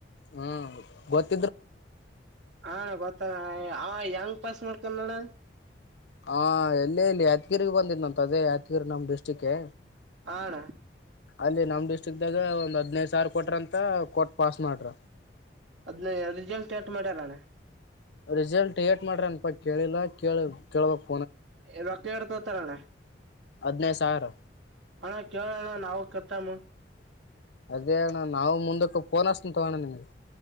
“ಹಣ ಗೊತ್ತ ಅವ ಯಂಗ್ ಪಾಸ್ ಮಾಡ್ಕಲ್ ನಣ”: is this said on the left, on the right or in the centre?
Right